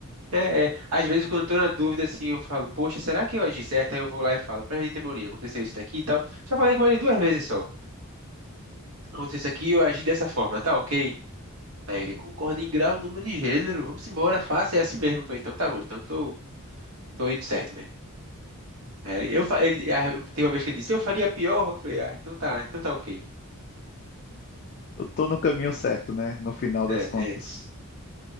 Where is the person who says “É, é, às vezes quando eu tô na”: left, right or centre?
Right